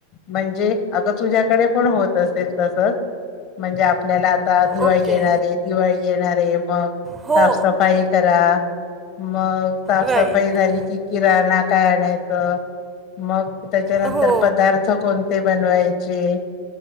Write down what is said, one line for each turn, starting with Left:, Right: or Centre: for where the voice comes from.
Left: म्हणजे अग तुझ्याकडे पण होत असेल तसच म्हणजे आपल्याला आता दिवाळी
Right: ओके
Left: येणारे, दिवाळी येणारे मग
Right: हो
Left: साफसफाई करा. मग साफ-सफाई
Right: राईट
Left: झाली की किराणा आटा आणायचं मग त्याच्यानंतर
Right: हो
Left: पदार्थ कोण ते बनवायचे